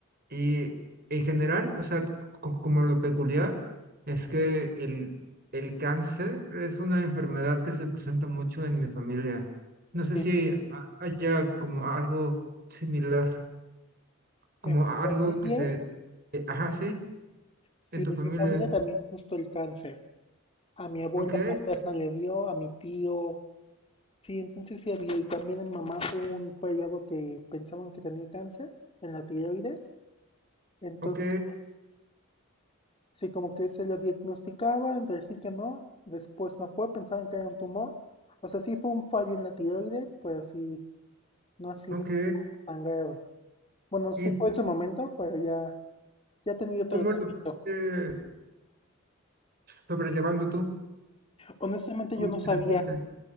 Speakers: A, on the right; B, on the left.
A: Y en general, o sea, co- como lo peculiar es que el, el cáncer es una enfermedad que se presenta mucho en mi familia. No
B: sí.
A: sé si a- haya como algo similar, como
B: En mi
A: algo
B: familia,
A: que se... eh, Ajá, sí.
B: sí,
A: En tu
B: en
A: familia.
B: mi familia también justo el cáncer. A mi abuela
A: Ok,
B: paterna le dio, a mi tío, Sí, entonces sí ha habido. Y también en mamá hubo un periodo que pensaban que tenía cáncer en la tiroides. Entonces,
A: ok,
B: sí, como que se lo diagnosticaba, entre sí que no. Después no fue, pensaban que era un tumor. O sea, sí fue un fallo en la tiroides, pero sí, no ha sido
A: ok.
B: así como tan grave. Bueno,
A: ¿Y
B: sí fue en su momento, pero ya, ya ha tenido tratamiento.
A: cómo lo fuiste sobrellevando tú?
B: Honestamente,
A: ¿Cómo
B: yo no sabía,
A: te sentiste?